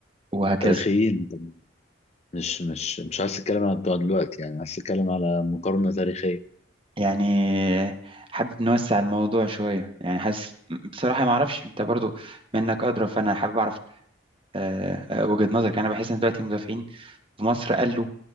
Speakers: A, on the right; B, on the left.
A: وهكذا
B: تاريخيين مش مش مش عايز اتكلم عن بتوع دلوقتي يعني عايز اتكلم على مقارنه تاريخيه
A: يعني حابب نوسع الموضوع شوية يعني حاسس بصراحة ما أعرفش أنت برضو منك أدرى فأنا حابب أعرف آه، آه، وجهة نظرك يعني أنا بحس إن دلوقتي المدافعين في مصر قالوا